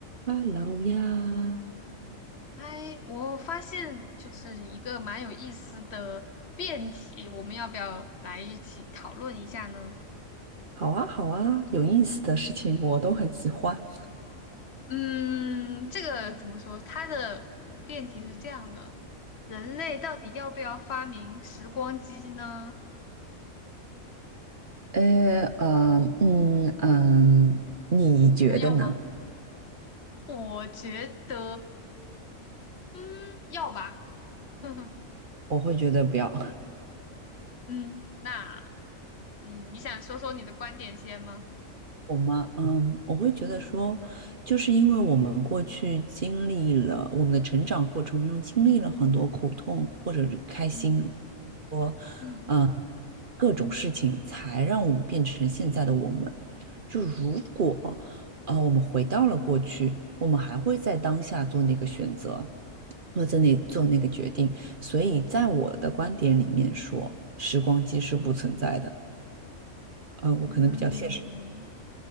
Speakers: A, on the right; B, on the left.
A: h e 呀，
B: 哎，我发现就是一个蛮有意思的辩题，我们要不要来一起讨论一下呢？
A: 好啊，好啊，有意思的事情我都很喜欢。
B: 嗯，这个怎么说？它的辩题是这样的：人类到底要不要发明时光机呢？
A: 嗯，呃嗯，嗯嗯，你觉得呢？
B: 你觉得要吗？我觉得，嗯，要吧。<laughs> 呵呵，
A: 我会觉得不要。<laughs>
B: 嗯，那，嗯，你想说说你的观点先吗？
A: 我吗？嗯，我会觉得说，就是因为我们过去经历了我们的成长过程中经历了很多苦痛或者是开心，
B: 嗯
A: 说，
B: 嗯
A: 呃，各种事情，才让我们变成现在的我们。就如果，啊，我们回到了过去，我们还会在当下做那个选择，或者那做那个决定。所以，在我的观点里面说，时光机是不存在的。呃，我可能比较现实。
B: 嗯。